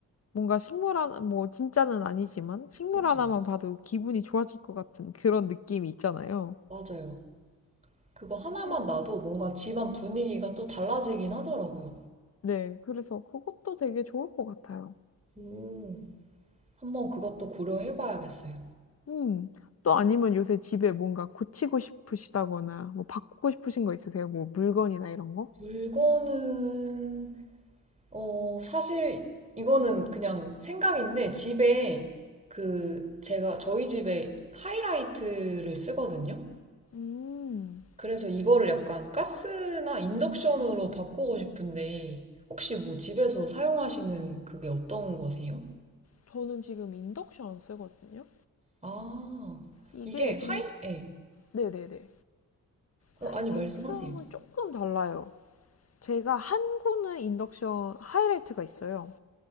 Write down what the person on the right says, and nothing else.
그쵸?
맞아요. 그거 하나만
놔도 뭔가 집안 분위기가 또 달라지긴 하더라고요.
오, 한번 그것도 고려해봐야겠어요.
물건은 어, 사실 이거는 그냥 생각인데 집에 그 제가 저희 집에 하이라이트를 쓰거든요.
그래서 이거를 약간 가스나 인덕션으로 바꾸고 싶은데 혹시 뭐 집에서 사용하시는 그게 어떤 거세요?
아,
이게 하이? 예.
어,
아니 말씀하세요.